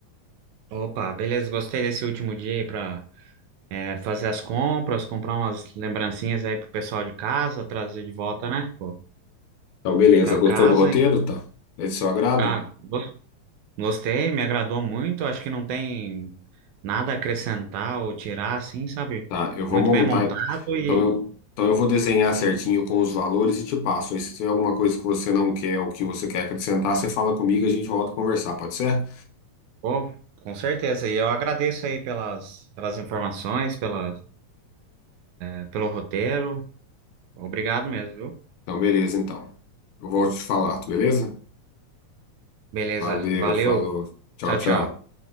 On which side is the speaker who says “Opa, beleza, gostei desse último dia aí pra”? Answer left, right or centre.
Right